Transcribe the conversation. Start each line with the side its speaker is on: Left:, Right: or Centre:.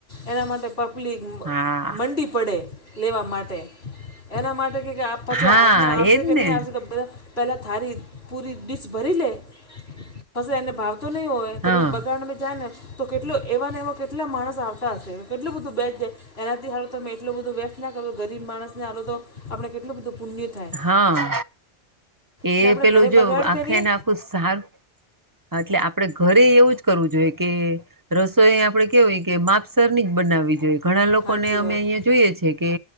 Left: એના માટે પપલી
Right: હા
Left: મંડી. પડે લેવા માટે એના માટે કે આપ. પછી
Right: હા
Left: હાથ ને આવશે
Right: એજ
Left: કે
Right: ને
Left: નહી આવશે તો બધા પહેલા થારી પૂરી ડીશ ભરી લે પશે એને ભાવતો નહીં હોય. તો
Right: હા
Left: પછી બગાડ મે જાય ને તો કેટલો એવાને એવા કેટલા માણસ આવતા હશે કેટલું બધું બેસ જાય. એનાથી હાલો તમે એટલું બધું વ્યર્થ ના કરો ગરીબ માણસ ને આલો તો આપણે કેટલું બધું પુણ્ય. થાય
Right: હા એ
Left: ને આપણે
Right: પેલું
Left: ઘરે
Right: જો
Left: બગાડ
Right: આખે
Left: કરીએ
Right: ને આખું સારું. હા એટલે આપડે ઘરે એવું જ. કરવું જોઈએ કે રસોઈ આપડે કેવી હોય કે માપસર ની જ બનાવી જોઈએ. ઘણા લોકોને
Left: સાચી
Right: અમે
Left: વાત
Right: અહીંયા જોઈએ છેએ કે